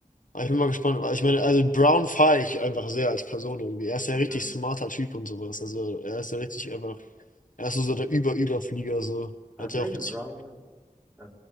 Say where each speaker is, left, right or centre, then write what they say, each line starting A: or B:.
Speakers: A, on the left; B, on the right.
A: Aber ich bin mal gespannt, weil ich meine, also Brown feiere ich einfach sehr als Person irgendwie. Er ist ja
B: Mhm.
A: richtig smarter Typ und sowas. Also er ist ja richtig einfach. Er ist so so der Über-Überflieger, so. Hat
B: War Jaylen
A: ja auch richtig.
B: Brown, äh,